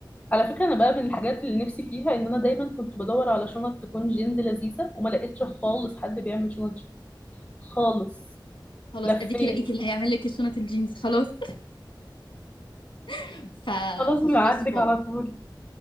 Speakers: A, on the left; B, on the left.
A: على فكرة أنا بقى من الحاجات اللي نفسي فيها إن أنا دايما كنت بدور على شنط تكون جينز لذيذة وما لقيتش خالص حد بيعمل شنط جينز خالص
B: خلاص
A: لفيت
B: اديكي لقيتي اللي هيعمل لك الشنط الجينز خلاص <laughs> ف...
A: خلاص من
B: فخلاص
A: عندك
B: والله
A: على طول